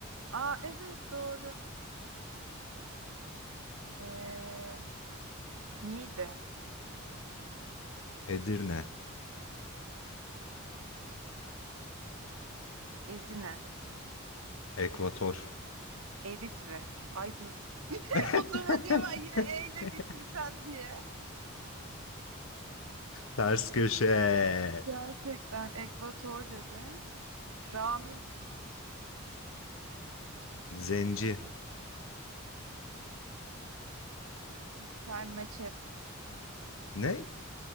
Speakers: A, on the right; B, on the left.
A: Aa evet doğru. Ee, Niğde,
B: Edirne.
A: Ezine,
B: Ekvator.
A: Eritre. Ay dur. <laughs>
B: <laughs>
A: Otomatiğe ben yine E ile bitireceğim diye.
B: Ters köşe.
A: Gerçekten Ekvator dedin. Ramiz,
B: Zenci.
A: İspermeçet,
B: Ne?